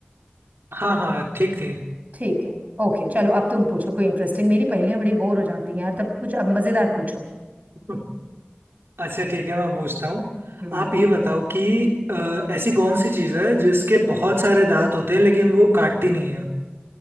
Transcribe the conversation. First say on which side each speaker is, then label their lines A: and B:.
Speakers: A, on the right; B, on the right.
A: हाँ हाँ ठीक थी
B: ठीक है ओके चलो अब तुम पूछो कोई इंटरेस्टिंग मेरी पहेलियां बड़ी बोर हो जाती हैं यार तब कुछ अब मजेदार पूछो
A: <laughs> अच्छा ठीक है मैं पूछता हूँ
B: हम्म
A: आप ये बताओ कि अ, ऐसी कौन सी चीज है जिसके बहुत सारे दांत होते हैं लेकिन वो काटती नहीं है